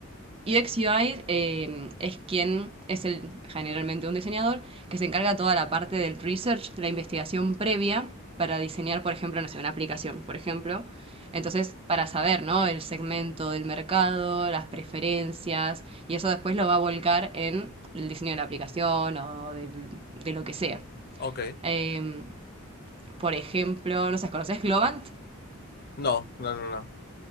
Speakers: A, on the right (about 25°); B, on the left (about 45°).
A: UX UI eh, es quien es el, generalmente un diseñador que se encarga toda la parte del research, de la investigación previa para diseñar, por ejemplo, no sé, una aplicación, por ejemplo. Entonces, para saber, ¿no? El segmento del mercado, las preferencias, y eso después lo va a volcar en el diseño de la aplicación o del- de, lo que sea.
B: Ok.
A: Eh, por ejemplo, no sé, ¿conoces Globant?
B: No, no, no, no.